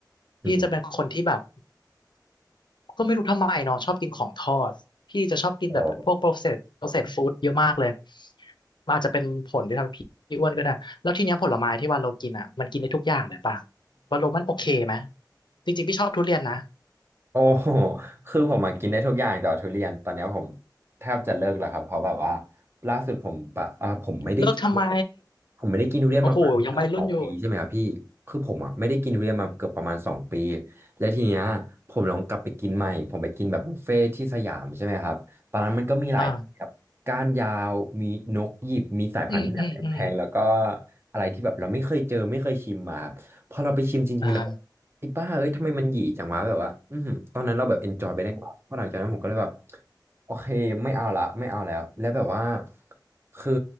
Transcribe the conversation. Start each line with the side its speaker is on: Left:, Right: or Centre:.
Right: อืม
Left: พี่จะเป็นคนที่แบบ ก็ไม่รู้ทำไมเนาะชอบกินของทอดพี่จะชอบกินแบบพวก
Right: อ๋อ
Left: processed processed food เยอะมากเลยมันอาจจะเป็นผลที่ทำให้พี่อ้วนก็ได้แล้วทีเนี้ยผลไม้ที่วาโลกินอ่ะมันกินได้ทุกอย่างเลยป่ะวาโลมันโอเคไหมจริงๆพี่ชอบทุเรียนนะ
Right: โอ้ <laughs> โหคือผมมากินได้ทุกอย่างแต่ว่าทุเรียนตอนเนี้ยผมแทบจะเลิกแล้วครับเพราะแบบว่าล่าสุดผมปะอ่าผมไม่ได้กิน
Left: เลิกทำไม
Right: ผมไม่ได้กินทุเรียนมาประมาณเกือบสองปีใช่ไหมครับพี่คือผมอ่ะไม่ได้กินทุเรียนมาเกือบประมาณสองปี
Left: โอ้โหยังวัยรุ่นอยู่
Right: แล้วทีเนี้ยผมลองกลับไปกินใหม่ผมไปกินแบบบุฟเฟ่ที่สยามใช่ไหมครับตอนนั้นมันก็มีหลายแบบก้านยาวมีนกหยิบมีสายพันธุ์ที่แบบแพงๆแล้วก็
Left: อ่าอืมอืมอืม
Right: อะไรที่แบบเราไม่เคยเจอไม่เคยชิมมาพอเราไปชิมจริงๆแล้ว
Left: อ่า
Right: ไอ้บ้าเอ้ยทำไมมันหยีจังวะแบบว่าอือหือตอนนั้นเราแบบเอนจอยไปได้ก่อนเพราะหลังจากนั้นผมก็เลยแบบโอเคไม่เอาละไม่เอาแล้ว แล้วแบบว่าคือ